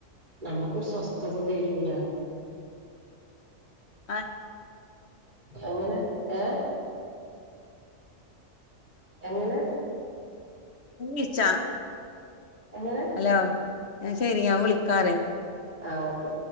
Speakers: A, on the right; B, on the left.
A: നമുക്കൊരു സ്വസ്ഥത തരൂല
B: ആ
A: എങ്ങനെ ഏ എങ്ങനെ
B: ഈച്ച
A: എങ്ങനെ
B: ഹലോ, ന്നാ ശരി ഞാൻ വിളിക്കാ പറയ
A: ആ ഓക്കെ